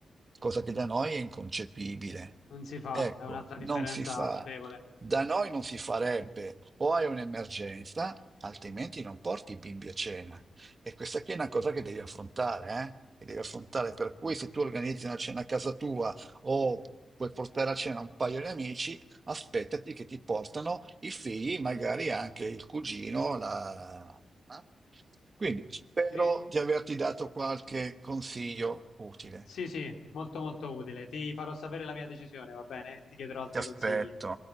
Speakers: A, on the right; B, on the left.
A: cosa che da noi è inconcepibile.
B: Non si fa,
A: Ecco,
B: è un'altra
A: non
B: differenza
A: si fa.
B: notevole.
A: Da noi non si farebbe. O hai un'emergenza, altrimenti non porti i bimbi a cena. E questa qui è una cosa che devi affrontare, eh? Che devi affrontare. Per cui se tu organizzi una cena a casa tua o vuoi portare a cena un paio di amici, aspettati che ti portano i figli, magari anche il cugino, la... eh? Quindi spero
B: Ri-
A: di averti dato qualche consiglio utile.
B: Sì, sì, molto molto utile. Ti farò sapere la mia decisione, va bene? Ti chiederò altri
A: Ti aspetto.
B: consigli.